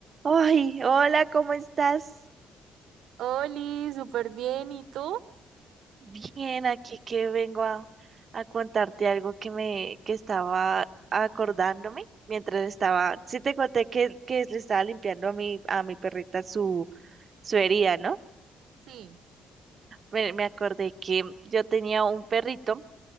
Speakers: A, on the right (about 45°); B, on the right (about 80°).
A: Ay, hola, ¿cómo estás?
B: Oli, súper bien. ¿Y tú?
A: Bien, aquí que vengo a, a contarte algo que me que estaba acordándome mientras estaba, sí te conté que, que le estaba limpiando a mi a mi perrita su su herida, ¿no?
B: Sí,
A: Me, me acordé que yo tenía un perrito,